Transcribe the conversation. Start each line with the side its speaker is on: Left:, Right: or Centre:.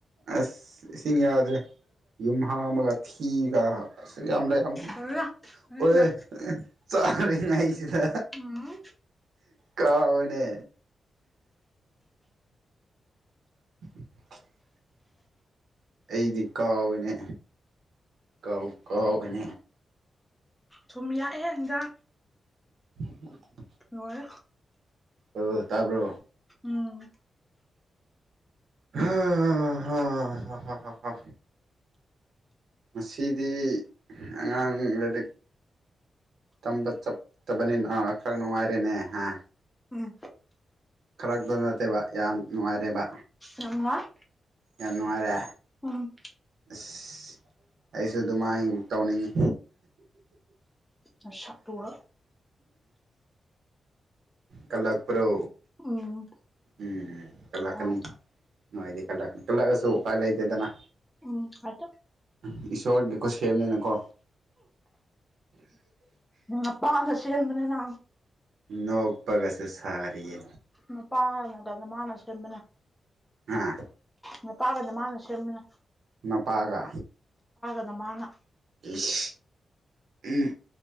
Right: ꯑꯁ ꯏꯁꯤꯡ ꯌꯥꯎꯗ꯭ꯔꯦ ꯌꯨꯝ ꯍꯥ ꯑꯃꯒ ꯊꯤꯒ ꯌꯥꯝꯂ ꯇꯝꯅꯤ
Centre: ꯑꯗꯨꯅ ꯅꯪꯒ
Right: ꯑꯣꯌꯦ ꯆꯥꯔꯤꯉꯩꯁꯤꯗ
Centre: ꯎꯝ
Right: ꯀꯥꯎꯏꯅꯦ <inaudible> ꯑꯩꯗꯤ ꯀꯥꯎꯏꯅꯦ ꯀꯥꯎ ꯀꯥꯎꯋꯦꯅꯦ
Centre: ꯊꯨꯝ ꯌꯥꯛꯑꯦ ꯍꯟꯖꯥꯡ
Right: ꯎ
Centre: ꯂꯣꯏ
Right: ꯑꯣ ꯇꯥꯕ꯭ꯔꯣ
Centre: ꯎꯝ
Right: ꯍ ꯍꯥ ꯍꯥ ꯍꯥ ꯍꯥ ꯉꯁꯤꯗꯤ ꯑꯉꯥꯡ ꯂꯥꯏꯔꯤꯛ ꯇꯝꯕ ꯆꯠꯇꯕꯅꯤꯅ ꯈꯔ ꯅꯨꯡꯉꯥꯏꯔꯤꯅꯦ ꯍꯥ
Centre: ꯎꯝ
Right: ꯈꯔꯛꯇ ꯅꯠꯇꯦꯕ ꯌꯥꯝ ꯅꯨꯡꯉꯥꯏꯔꯦꯕ
Centre: ꯌꯥꯝ ꯅꯨꯡꯉꯥꯏ
Right: ꯌꯥꯝꯅꯨꯡꯉꯔꯦ
Centre: ꯎꯝ
Right: ꯑꯁ ꯑꯩꯁꯨ ꯑꯗꯨꯃꯥꯏꯅ ꯇꯧꯅꯤꯡꯉꯤ
Centre: ꯅꯁꯛꯇꯨꯒ
Right: ꯀꯂꯛꯄ꯭ꯔꯣ
Centre: ꯎꯝ
Right: ꯎꯝ ꯀꯜꯂꯛꯀꯅꯤ
Centre: ꯍꯣꯏ
Right: ꯅꯣꯏꯗꯤ ꯀꯂꯛꯅꯤ ꯀꯜꯂꯛꯑꯁꯨ ꯎꯄꯥꯏ ꯂꯩꯇꯦꯗꯅ
Centre: ꯎꯝ ꯑꯣꯏꯇꯣ
Right: ꯎꯝ ꯏꯁꯣꯔꯒꯤ ꯈꯨꯠꯁꯦꯝꯅꯦꯅꯀꯣ
Centre: ꯎꯝ ꯅꯄꯥꯅ ꯁꯦꯝꯕꯅꯤꯅ
Right: ꯅꯣꯛꯄꯒꯁꯨ ꯁꯥꯔꯤꯌꯦ
Centre: ꯃꯄꯥꯅꯒ ꯅꯃꯥꯅ ꯁꯦꯝꯕꯅ
Right: ꯍꯥꯥ
Centre: ꯅꯄꯥꯒ ꯅꯃꯥꯒꯅ ꯁꯦꯝꯕꯅꯦ
Right: ꯃꯄꯥꯒ
Centre: ꯅꯃꯥꯅ
Right: ꯏꯁ ꯎꯝ